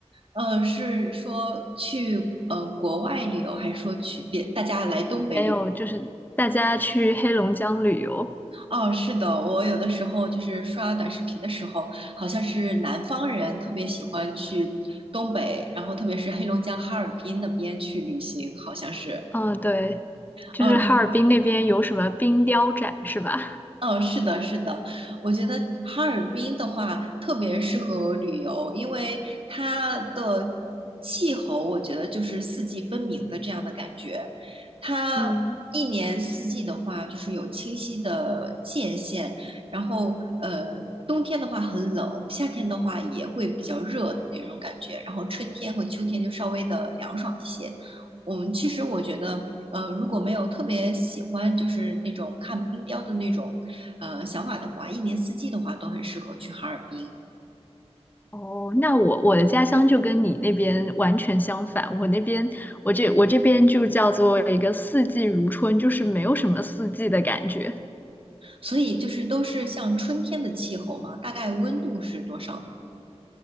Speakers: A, on the right; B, on the left.
A: 呃，是说去呃国外旅游，还是说去别大家来东北旅？
B: 还有就是大家去黑龙江旅游。
A: 哦，是的，我有的时候就是刷短视频的时候，好像是南方人特别喜欢去东北，然后特别是黑龙江哈尔滨那边去旅行，好像是。
B: 嗯，对，就是哈尔滨那边有什么冰雕展是吧？
A: 嗯，嗯，是的，是的，我觉得哈尔滨的话特别适合旅游，因为它的气候，我觉得就是四季分明的这样的感觉。它一年四季的话，
B: 嗯。
A: 就是有清晰的界限。然后，呃，冬天的话很冷，夏天的话也会比较热的那种感觉。然后春天和秋天就稍微的凉爽一些。我们其实我觉得，呃，如果没有特别喜欢就是那种看冰雕的那种呃想法的话，一年四季的话都很适合去哈尔滨。
B: 哦，那我我的家乡就跟你那边完全相反。我那边，我这我这边就叫做一个四季如春，就是没有什么四季的感觉。
A: 所以就是都是像春天的气候嘛，大概温度是多少呢？